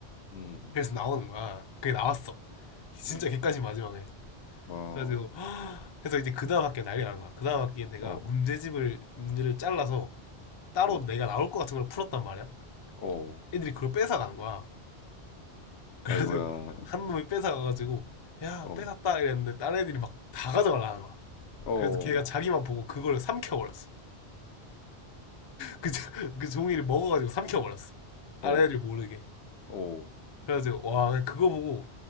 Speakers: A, on the left; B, on the left.
A: 음,
B: 그래서 나오는 거야. 그게 나왔어. 진짜
A: 음,
B: 객관식 마지막에.
A: 와, 어,
B: 그래가지고 <gasps> 그래서 이제 그 다음 학기에 난리가 난 거야. 그 다음 학기에 내가
A: 어,
B: 문제집을 문제를 잘라서 따로
A: 어,
B: 내가 나올 것 같은 걸 풀었단 말이야.
A: 어.
B: 애들이 그걸 뺏어가는 거야. 그래서
A: 아이고야,
B: 한 놈이 뺏어가가지고 야
A: 어,
B: 뺏었다 이랬는데 다른 애들이 막 다 가져가려는 거야.
A: 어,
B: 그래서 걔가 자기만 보고 그걸 삼켜버렸어. 그, 그 종이를 먹어가지고 삼켜버렸어. 다른
A: 어,
B: 애를 모르게.
A: 어,
B: 그래가지고, 와, 그거 보고,